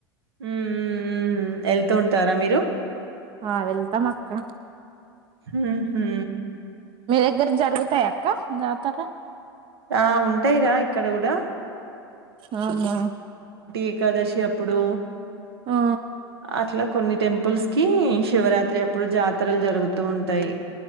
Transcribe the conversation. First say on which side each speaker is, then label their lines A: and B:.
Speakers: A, on the right; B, on the right.
A: హమ్మ్ హమ్ ఉంటారా మీరు
B: ఆ వెళ్తాం అక్క
A: హ్మ్మ్ హు
B: ఇక్కడ జరుగుతాయా అక్క జాతర
A: ఆ ఉంటాయిరా ఇక్కడ కూడా
B: అ మా
A: ఏకాదశి ఎప్పుడు
B: ఆ
A: అట్లా కు కొన్ని టెంపుల్స్ కి శివరాత్రి అప్పుడు జాతరలు జరుగుతూ ఉంటాయి.